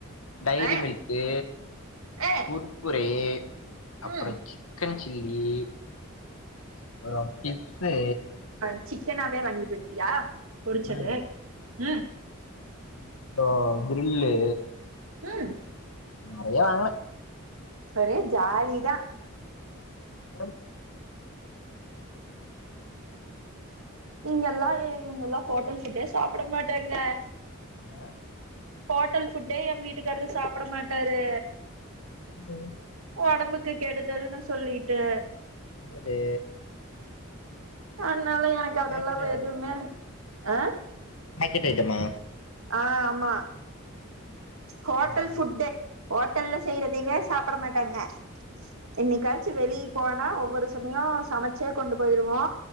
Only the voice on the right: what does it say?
அ
அ
ம்
அத் சிக்கனாவே வாங்கிட் வந்ட்டியா பொரிச்சது
ம்
ம்
ஒரே ஜாலிதா
இங்க எல்லா இ இவுங்க எல்லா ஹோட்டல் ஃபுட்டே சாப்ட மாட்டாங்க
ஹோட்டல் ஃபுட்டே எ வீட்டுக்காரரு சாப்ட மாட்டாரு
ஒடம்புக்கு கொடுதல் ன்னு சொல்லிட்டு
அதனால எனக்கு அது
எல்லாம எதுவுமே அ
ஆ ஆமா ஹோட்டல்
ஃபுட்டே ஹோட்டல்ல செய்றதவே சாப்ட மாட்டாங்க என்னைக்காச்சு வெளி போனா ஒவ்வொரு சமயோ சமச்சே கொண்டு போயிருவோ